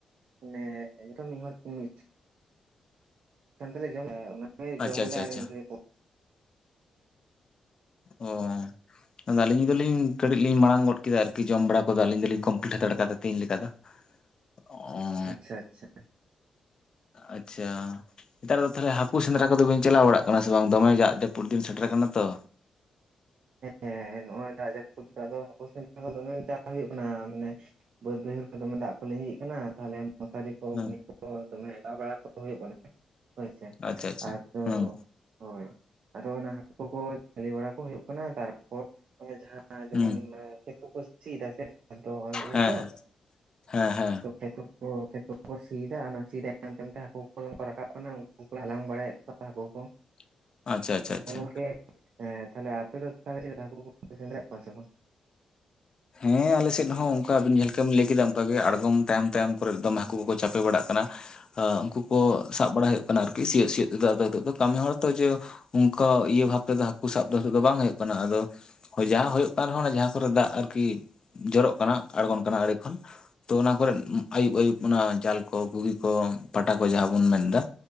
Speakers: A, on the right; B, on the left.
A: ᱢᱟᱱᱮ ᱮᱜᱟᱨᱚ ᱢᱤᱫ ᱦᱚᱲ ᱛᱮ ᱢᱤᱱᱤᱴ ᱢᱤᱫ ᱥᱟᱶ ᱛᱮᱞᱮ ᱡᱚᱢᱟ ᱚᱱᱟ ᱜᱮ ᱡᱚᱢ
B: ᱟᱪᱪᱷᱟ
A: ᱟᱞᱮ
B: ᱟᱪᱪᱷᱟ ᱟᱪᱪᱷᱟ
A: ᱢᱤᱫ ᱜᱷᱟᱹᱲᱤ ᱯᱚᱨ
B: ᱚ ᱟᱫᱚ ᱟᱹᱞᱤᱧ ᱫᱚᱞᱤᱧ ᱠᱟᱹᱴᱤᱡ ᱞᱤᱧ ᱢᱟᱲᱟᱝ ᱜᱚᱫ ᱠᱮᱫᱟ ᱟᱨᱠᱤ ᱡᱚᱢ ᱵᱟᱲᱟ ᱠᱚᱫᱚ ᱟᱹᱞᱤᱧ ᱫᱚᱞᱤᱧ ᱠᱚᱢᱯᱞᱤᱴ ᱦᱟᱛᱟᱲ ᱠᱟᱫᱟ ᱛᱮᱦᱤᱧ ᱞᱮᱠᱟ ᱫᱚ ᱚ
A: ᱟᱪᱪᱷᱟ ᱟᱪᱪᱷᱟ
B: ᱟᱪᱪᱷᱟ ᱱᱮᱛᱟᱨ ᱫᱚ ᱛᱟᱦᱚᱞᱮ ᱦᱟᱹᱠᱩ ᱥᱮᱸᱫᱽᱨᱟ ᱠᱚᱫᱚ ᱵᱤᱱ ᱪᱟᱞᱟᱣ ᱵᱟᱲᱟᱜ ᱠᱟᱱᱟ ᱥᱮ ᱵᱟᱝ ᱫᱚᱢᱮ ᱫᱟᱜ ᱡᱟᱹᱯᱩᱫ ᱫᱤᱱ ᱥᱮᱴᱮᱨ ᱟᱠᱟᱱᱟ ᱛᱚ
A: ᱦᱮᱸ ᱱᱚᱜᱼᱚᱭ ᱫᱟᱜ ᱡᱟᱹᱯᱩᱫ ᱫᱚ ᱦᱟᱹᱠᱩ ᱥᱮᱸᱫᱽᱨᱟ ᱫᱚᱢᱮ ᱪᱟ ᱦᱩᱭᱩᱜ ᱠᱟᱱᱟ ᱢᱟᱱᱮ ᱵᱟᱹᱫ ᱵᱟᱹᱭᱦᱟᱹᱲ ᱠᱷᱚᱱ ᱫᱚᱢᱮ ᱫᱟᱜ ᱠᱚ ᱞᱤᱸᱡᱤᱜ ᱠᱟᱱᱟ ᱛᱟᱦᱞᱮ ᱢᱚᱥᱟᱨᱤ ᱠᱚ
B: ᱦᱮᱸ
A: ᱜᱷᱩᱱᱤ ᱠᱚ ᱫᱚᱢᱮ ᱚᱰᱟᱣ ᱵᱟᱲᱟ ᱠᱚ ᱦᱩᱭᱩᱜ ᱠᱟᱱᱟ ᱦᱳᱭ ᱥᱮ
B: ᱟᱪᱪᱷᱟ ᱟᱪᱪᱷᱟ
A: ᱟᱫᱚ
B: ᱦᱮᱸ
A: ᱦᱳᱭ ᱟᱫᱚ ᱚᱱᱟ ᱦᱟᱹᱠᱩ ᱠᱚ ᱡᱷᱟᱹᱞᱤ ᱵᱟᱲᱟ ᱠᱚ ᱦᱩᱭᱩᱜ ᱠᱟᱱᱟ ᱛᱟᱨᱯᱚᱨ ᱡᱟᱦᱟᱸ ᱡᱚᱠᱷᱚᱱ
B: ᱦᱮᱸ
A: ᱠᱷᱮᱛ ᱠᱚᱠᱚ ᱥᱤᱭᱮᱫᱟ ᱥᱮ ᱟᱫᱚ ᱤᱭᱟᱹ
B: ᱦᱮᱸ
A: ᱛᱚ
B: ᱦᱮᱸ ᱦᱮᱸ ᱦᱮᱸ
A: ᱠᱷᱮᱛ ᱠᱷᱮᱛ ᱠᱚ ᱠᱚ ᱥᱤᱭᱮᱫᱟ ᱚᱱᱟ ᱥᱤ ᱛᱟᱭᱚᱢ ᱛᱟᱭᱚᱢ ᱛᱮ ᱦᱟᱹᱠᱩ ᱠᱚ ᱠᱚ ᱨᱟᱠᱟᱵ ᱠᱟᱱᱟ ᱩᱱᱠᱩ ᱦᱟᱞᱟᱝ ᱵᱟᱲᱟᱭᱮᱫ ᱠᱚᱣᱟ ᱦᱟᱹᱠᱩ ᱠᱚ
B: <unintelligible> ᱟᱪᱪᱷᱟ ᱟᱪᱪᱷᱟ
A: ᱦᱮᱸ ᱜᱚᱢᱠᱮ ᱛᱟᱦᱞᱮ ᱟᱯᱮ ᱫᱚ ᱪᱮᱫ ᱞᱮᱠᱟ ᱦᱟᱹᱠᱩ ᱠᱚᱯᱮ ᱥᱮᱸᱫᱽᱨᱟᱭᱮᱫ ᱠᱚᱣᱟ ᱥᱮ ᱵᱟᱝ
B: ᱦᱮᱸ ᱟᱞᱮ ᱥᱮᱫ ᱦᱚᱸ ᱚᱱᱠᱟ ᱟᱵᱤᱱ ᱡᱟᱦᱟᱸ ᱞᱮᱠᱟ ᱵᱤᱱ ᱢᱮᱱ ᱠᱮᱫᱼᱟ ᱟᱬᱜᱚᱢ ᱛᱟᱭᱚᱢ ᱛᱟᱭᱚᱢ ᱠᱚᱨᱮ ᱫᱚᱢᱮ ᱦᱟᱹᱠᱩ ᱠᱚᱠᱚ ᱪᱟᱯᱮ ᱵᱟᱲᱟᱜ ᱠᱟᱱᱟ ᱦᱚ ᱩᱱᱠᱩ ᱠᱚ ᱥᱟᱵ ᱵᱟᱲᱟ ᱦᱩᱭᱩᱜ ᱠᱟᱱᱟ ᱟᱨᱠᱤ ᱥᱤᱭᱳᱜ ᱥᱤᱭᱳᱜ ᱛᱮᱫᱚ ᱟᱫᱚ ᱱᱤᱛᱳᱜ ᱫᱚ ᱠᱟᱹᱢᱤ ᱦᱚᱲ ᱛᱚ ᱡᱮ ᱚᱱᱠᱟ ᱤᱭᱟᱹ ᱵᱷᱟᱵ ᱛᱮᱫᱚ ᱦᱟᱹᱠᱩ ᱥᱟᱵ ᱫᱚ ᱱᱤᱛᱚᱜ ᱫᱚ ᱵᱟᱝ ᱦᱩᱭᱩᱜ ᱠᱟᱱᱟ ᱟᱫᱚ ᱦᱳᱭ ᱡᱟᱦᱟᱸ ᱦᱩᱭᱩᱜ ᱠᱟᱱ ᱨᱮᱦᱚᱸ ᱡᱟᱦᱟᱸ ᱠᱚᱨᱮ ᱫᱟᱜ ᱟᱨᱠᱤ ᱡᱚᱨᱚᱜ ᱠᱟᱱᱟ ᱟᱬᱜᱚᱱ ᱠᱟᱱᱟ ᱟᱲᱮ ᱠᱷᱚᱱ ᱛᱚ ᱚᱱᱟ ᱠᱚᱨᱮᱫ ᱟᱭᱩᱵ ᱟᱹᱭᱩᱵ ᱚᱱᱟ ᱡᱟᱞ ᱠᱚ ᱜᱷᱩᱜᱤ ᱠᱚ ᱯᱟᱴᱟ ᱠᱚ ᱡᱟᱦᱟᱸ ᱵᱚᱱ ᱢᱮᱱ ᱮᱫᱟ